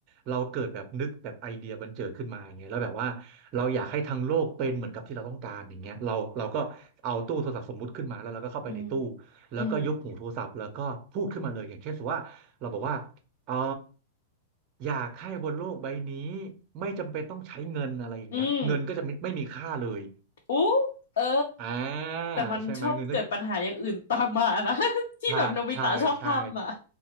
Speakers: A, on the right; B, on the left.
A: เราเกิดแบบนึกแบบไอเดียบันเจิดขึ้นมาอย่างเงี้ยแล้วแบบว่าเราอยากให้ทั้งโลกเป็นเหมือนกับที่เราต้องการอย่างเงี้ยเราเราก็เอาตู้โทรศัพท์สมมุติขึ้นมาแล้วเราก็เข้าไปในตู้
B: อืม
A: แล้วก็ยกหูโทรศัพท์แล้วก็พูดขึ้นมาเลยอย่างเช่นสมมติว่าเราบอกว่าเออ
B: อืม
A: อยากให้บนโลกใบนี้ไม่จำเป็นต้องใช้เงินอะไรอย่างเงี้ยเงินก็จะไม่ไม่มีค่าเลย
B: อืมอู้เออ
A: อ่า
B: แต่มันชอบเกิดปัญหาอย่างอื่นตามมานะ
A: ใช่ไหมเงินก็
B: <laughs> ที่แบบโนบิตะชอบทำอ่ะ
A: ใช่ใช่ใช่